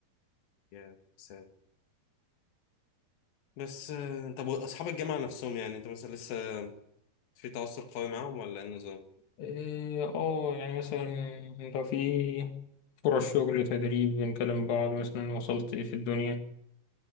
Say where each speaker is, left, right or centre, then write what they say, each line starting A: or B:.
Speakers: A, on the left; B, on the left.
A: ياه ساد بس آه، طب أصحاب الجامعة نفسهم يعني أنت مثلا لسه في تواصل قوي معاهم ولا إيه النظام؟
B: اه آه، يعني مثلا لو في فرص شغل تدريب بنكلم بعض مثلا وصلت في الدنيا